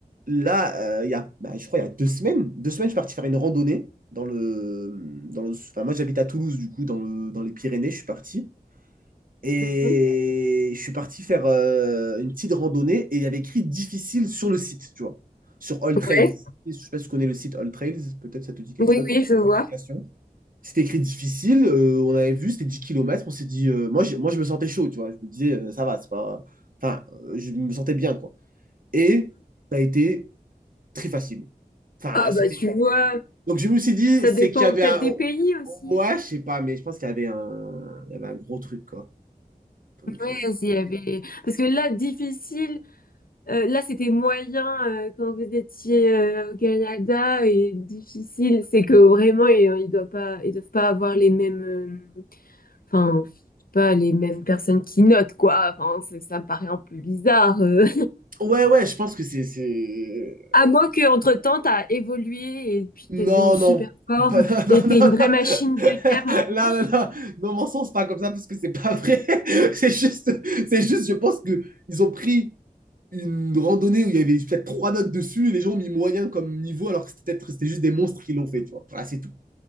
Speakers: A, on the right; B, on the left.
A: là, euh, il y a, bah, je crois, il y a deux semaines, deux semaines, je suis parti faire une randonnée dans le, dans le, enfin, moi j'habite à Toulouse, du coup, dans le, dans les Pyrénées, je suis parti. Et
B: Mhm.
A: je suis parti faire euh, une petite randonnée et il y avait écrit difficile sur le site, tu vois, sur All Trails.
B: Ouais.
A: Je sais pas si tu connais le site All Trails, peut-être ça te dit quelque
B: Oui,
A: chose,
B: oui, je vois.
A: application. C'était écrit difficile, euh, on avait vu, c'était 10 kilomètres. on s'est dit, euh, moi, j'ai- moi je me sentais chaud, tu vois, je me disais, euh, ça va, c'est pas... Enfin, euh, je me sentais bien, quoi. Et ça a été très facile. Enfin,
B: Ah
A: c'était...
B: bah tu vois,
A: Donc je me suis dit,
B: ça
A: c'est
B: dépend
A: qu'il y avait
B: peut-être
A: un...
B: des pays aussi.
A: Ouais, je sais pas, mais je pense qu'il y avait un... Il y avait un gros truc, quoi. Donc,
B: Ouais,
A: euh,
B: s'il y avait... Parce que là, difficile, euh, là c'était moyen euh, quand vous étiez euh, au Canada et difficile, c'est que vraiment et, euh, ils doivent pas, ils doivent pas avoir les mêmes, euh, enfin, je sais pas les mêmes personnes qui notent quoi. Enfin, c'est- ça me paraît un peu bizarre. euh.
A: Ouais, ouais, je pense que c'est... c'est-
B: À moins qu'entre-temps, t'as évolué et puis
A: Non,
B: t'es devenu super
A: non.
B: fort
A: Pas- <laughs> Non,
B: et t'es
A: non, non.
B: une vraie machine
A: <laughs>
B: de guerre maintenant.
A: Là, là, là. Non, mon sens, c'est pas comme ça, parce que c'est pas vrai. <laughs> C'est juste, c'est juste, je pense que ils ont pris une randonnée où il y avait peut-être trois notes dessus et les gens ont mis moyen comme niveau alors que c'était peut-être c'était juste des monstres qui l'ont fait, tu vois. Voilà, c'est tout.